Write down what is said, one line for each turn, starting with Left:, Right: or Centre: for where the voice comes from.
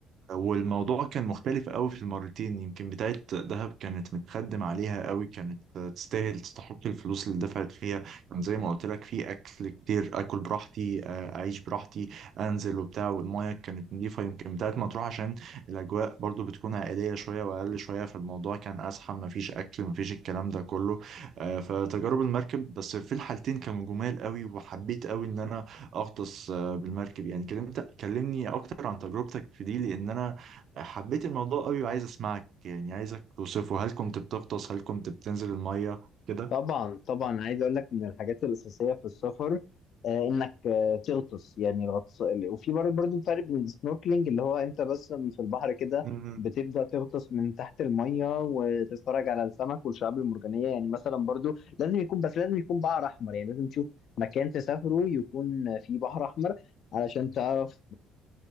Right: والموضوع كان مختلف قوي في المرتين يمكن بتاعة دهب كانت متخدم عليها قوي كانت تستاهل تستحق الفلوس اللي دفعت فيها كان زي ما قلت لك في اكل كتير اكل براحتي آه، اعيش براحتي انزل وبتاع والمياه كانت نظيفة يمكن بتاعة مطروح عشان الاجواء برضو بتكون عائلية شوية واقل شوية فالموضوع كان ازحم مفيش اكل مفيش الكلام ده كله آه، فتجارب المركب بس في الحالتين كانوا جمال قوي وحبيت قوي ان انا اغطس بالمركب يعني كلمت كلمني اكتر عن تجربتك في دي لان انا حبيت الموضوع قوي وعايز اسمعك يعني عايزك توصفه هل كنت بتغطس هل كنت بتنزل المية كده
Left: طبعا طبعا عايز اقول لك من الحاجات الاساسيه في السفر آه انك آه تغطس يعني الغطس وفي برضه برضه فرق بين السنوركلينج اللي هو انت بس في البحر كده
Right: مم.
Left: بتبدا تغطس من تحت الميه وتتفرج على السمك والشعاب المرجانيه يعني مثلا برضه لازم يكون بس لازم يكون بحر احمر يعني لازم تشوف مكان تسافره يكون فيه بحر احمر علشان تعرف